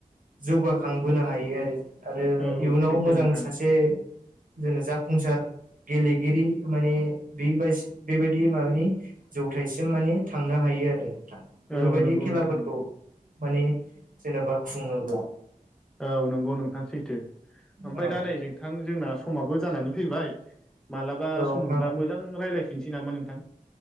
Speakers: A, on the right; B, in the centre.
A: जौगाखांबोनो हायो आरो आरो
B: औ
A: इयुनाव
B: सैथो
A: मोजां
B: नोंथां
A: सासे जेनो जाफुंसार गेलेगिरि माने बे बेबायदि माबानि जौथायसिम माने थांनो हायो आरो नोंथां बेफोरबायदि
B: औ नंगौ
A: खेलाफोरखौ
B: नोंथां नंगौ
A: मानि जेन'बा खुङोब्ला।
B: औ नंगौ नोंथां सैथो ओमफफ्राय
A: औ
B: दा नै जोंथां जोंना समाबो जानानै फैबाय मालाबा
A: औ नोंथां
B: सम मोनबा मोजां रायज्लायफिननोसै नामा नोंथां?